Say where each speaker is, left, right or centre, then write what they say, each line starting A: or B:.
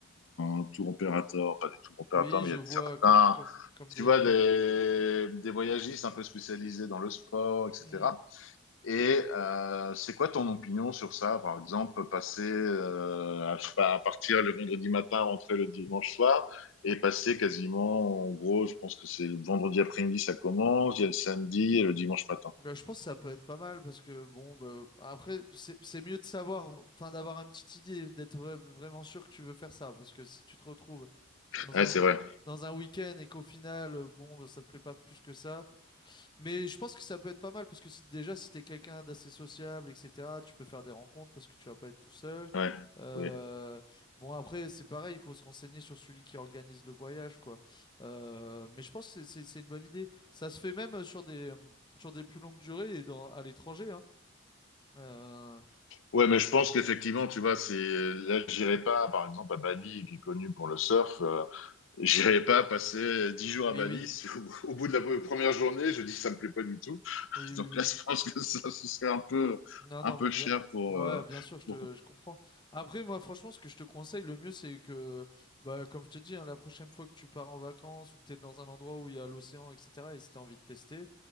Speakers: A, on the left; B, on the left.
A: euh, tour opérateurs, pas des tour opérateurs,
B: Oui,
A: mais
B: je
A: il y a
B: vois
A: certains,
B: comme, comme, comme des...
A: tu vois, des,
B: euh,
A: des voyagistes un peu spécialisés dans le sport, etc.
B: hmm.
A: Et euh, c'est quoi ton opinion sur ça? Par exemple, passer euh, à, je sais pas, à partir le vendredi matin, rentrer le dimanche soir, et passer quasiment, en gros, je pense que c'est le vendredi après-midi, ça commence, il y a le samedi et le dimanche matin.
B: Bah, je pense que ça peut être pas mal parce que bon bah, après c'est c'est mieux de savoir enfin d'avoir une petite idée d'être vra- vraiment sûr que tu veux faire ça parce que si tu te retrouves dans
A: Ouais,
B: un
A: c'est vrai.
B: dans un week-end et qu'au final euh, bon bah, ça te plaît pas plus que ça mais je pense que ça peut être pas mal parce que si, déjà, si t'es quelqu'un d'assez sociable, etc., tu peux faire des rencontres parce que tu vas pas être tout seul.
A: Ouais.
B: Euh,
A: Oui.
B: bon, après, c'est pareil, il faut se renseigner sur celui qui organise le voyage, quoi. Euh, mais je pense que c'est c'est- c'est une bonne idée. Ça se fait même sur des, euh, sur des plus longues durées et dans, à l'étranger, hein. Euh,
A: Ouais, mais je pense qu'effectivement, tu vois, c'est euh, là, j'irai pas, par exemple, à Bali, qui est connu pour le surf, euh, j'irai pas passer dix jours
B: oui,
A: à Bali.
B: oui,
A: si au, au bout de la première journée, je dis ça me plaît pas du tout.
B: oui, oui,
A: Donc
B: oui.
A: là, je pense que ça, ce serait un peu,
B: Non,
A: un
B: non,
A: peu
B: mais bien.
A: cher pour.
B: Ouais,
A: euh,
B: bien sûr, je te,
A: pour...
B: je comprends. Après, moi, franchement, ce que je te conseille, le mieux, c'est que, bah, comme je t'ai dit, hein, la prochaine fois que tu pars en vacances ou que tu es dans un endroit où il y a l'océan, etc., et si tu as envie de tester,